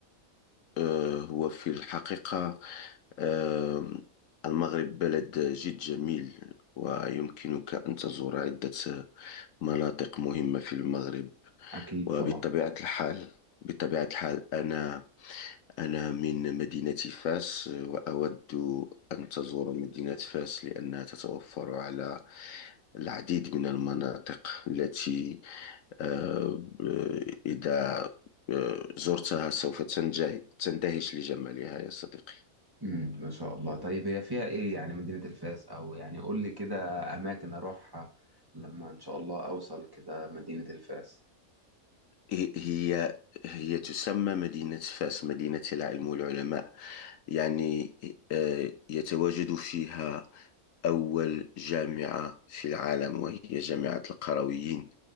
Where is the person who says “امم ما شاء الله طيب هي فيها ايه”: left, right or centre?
Right